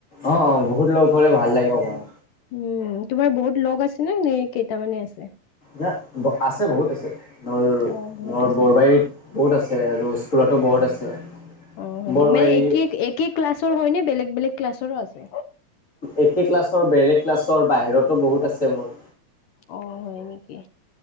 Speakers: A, on the left (about 20°); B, on the left (about 70°).
A: অ-অ, বহুত লগ হ'লে, ভাল লাগে অকমান।
B: উম, তোমাৰ বহুত লগ আছে নে? নে কেইটামানে আছে।
A: ন আছে বহুত আছে, মোৰ-মোৰ
B: অ', বহুত আছে।
A: বৰবাৰীত। বহুত আছে, আৰু স্কুলতো বহুত আছে।
B: অ, হয়
A: বৰবাৰী
B: নেকি মানে একে-একে ক্লাছৰ হয় নে? বেলেগ-বেলেগ ক্লাছৰো আছে?
A: একে ক্লাছৰ, বেলেগ ক্লাছৰ, বাহিৰতো বহুত আছে মোৰ।
B: অ হয় নেকি?